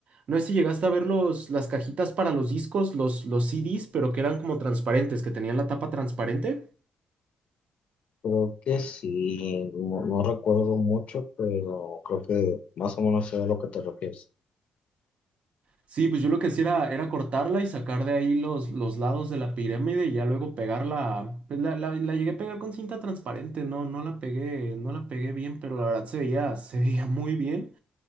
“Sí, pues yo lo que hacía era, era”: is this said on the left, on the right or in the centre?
Right